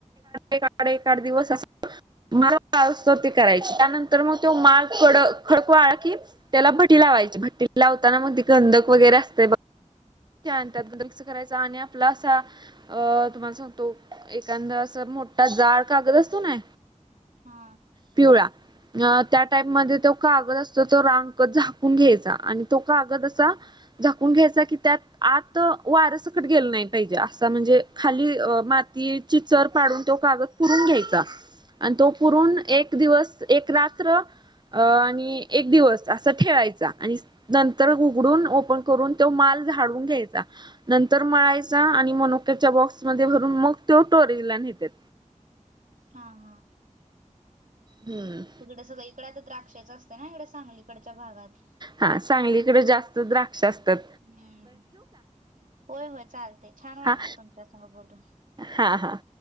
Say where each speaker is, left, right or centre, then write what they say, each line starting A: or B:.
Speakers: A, on the right (about 35°); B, on the right (about 80°).
A: एक आड एक दिवस असते. माळ <unintelligible> करुसतर ते करायची त्यानंतर मग तो माळ कड-खडक वाळा की त्याला भटी लावायची भटी लावताना मग ती गंधक वगैरे असते बघ त्यात <unintelligible> मिक्स करायचा आणि आपला असा अ तुम्हाला सांगतो. एखादां अस मोठा जाड कागद असतो ना.
B: हा.
A: पिवळा. अ त्या टाईम मध्ये तो कागद असतो तो रांक झाकून घ्यायचा आणि तो कागद असा झाकून घ्यायचा की त्यात आत वारसकट गेलं नाही पाहिजे. असा म्हणजे खाली अ मातीची चर पाडून तो कागद पुरून घ्यायचा आणि तो पुरून एक दिवस, एक रात्र. अ आणि एक दिवस असा ठेवायचा आणि नंतर उघडून ओपन करून तो माल झाडून घ्यायचा. नंतर मळायचा आणि मनोक्याच्या बॉक्समध्ये भरून मग ते स्टोरेजला नेत त्यात.
B: हा. हा.
A: हम्म.
B: तिकडं सगळीकडं आता द्राक्षाचं असते ना इकडे सांगलीकडच्या भागात
A: हा सांगलीकडे जास्त द्रा द्राक्षे असत्यात.
B: हम्म. होय होय चालतंय. छान वाटलं
A: हा
B: तुमच्यास नोग बोलून.
A: हा. हा.